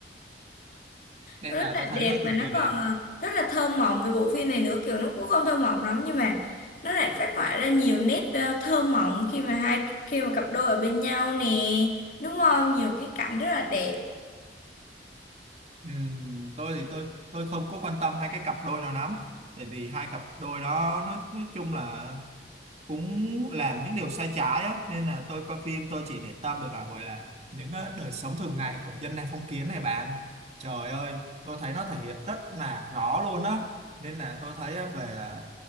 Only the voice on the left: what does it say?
rất
là
đẹp
và
nó
còn ờ, rất là thơ mộng về bộ phim này nữa kiểu nó cũng không thơ mộng lắm nhưng mà nó lại phát họa ra nhiều nét ờ, thơ mộng khi mà hai khi mà cặp đôi ở bên nhau nè đúng không nhiều cái cảnh rất là đẹp